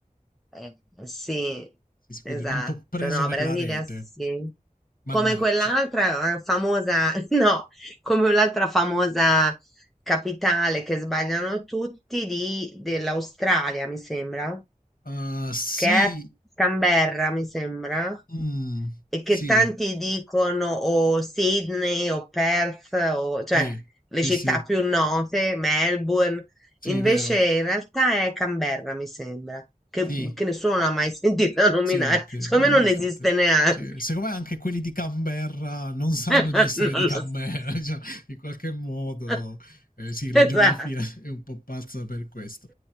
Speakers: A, in the centre; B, on the left.
A: Eh, sì,
B: Sì, sì, quindi
A: esatto,
B: non t'ho preso
A: no,
B: nella
A: Brasilia
B: rete.
A: sì.
B: Mannaccio.
A: Come quell'altra eh, famosa, <laughs> no, come l'altra famosa capitale che sbagliano tutti di- dell'Australia, mi sembra
B: Uh, sì.
A: che è a Canberra, mi sembra,
B: Mm,
A: e
B: sì,
A: che tanti dicono o Sydney o Perth, o, cioè
B: sì,
A: le
B: sì,
A: città
B: sì,
A: più note, Melbourne,
B: sì,
A: invece
B: vero.
A: in realtà è Canberra, mi sembra, che,
B: Sì,
A: che nessuno l'ha mai <laughs> sentita nominare,
B: sì, sì,
A: secondo
B: ma- ma
A: me non
B: infatti.
A: esiste neanche.
B: cioè, secondo me anche quelli di Canberra non sanno
A: <laughs>
B: di essere
A: Non
B: di
A: lo
B: Canberra,
A: so.
B: <laughs> cioè, in qualche modo.
A: <laughs>
B: eh, sì, la
A: Esatto.
B: geografia <laughs> è un po' pazza per questo.